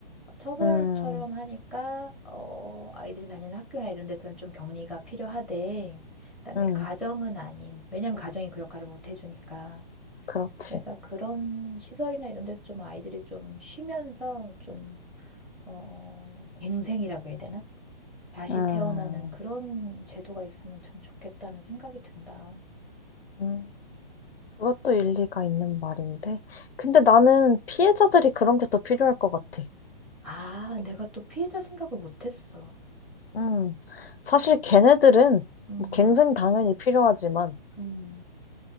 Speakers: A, in the centre; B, on the left.
A: 처벌처럼
B: 응,
A: 하니까 어, 아이들이 다니는 학교나 이런 데서는 좀 격리가 필요하대. 그다음에
B: 응,
A: 가정은 아닌. 왜냐면 가정이 그 역할을 못 해주니까.
B: 그렇지.
A: 그래서 그런 시설이나 이런 데서 좀 아이들이 좀 쉬면서 좀 어, 갱생이라고 해야 되나? 다시
B: 응,
A: 태어나는 그런 제도가 있으면 참 좋겠다는 생각이 든다.
B: 응. 그것도 일리가 있는 말인데. 근데 나는 피해자들이 그런 게 더 필요할 것 같아.
A: 아, 내가 또 피해자 생각을 못했어.
B: 음, 사실 걔네들은
A: 음,
B: 뭐 갱생 당연히 필요하지만
A: 음,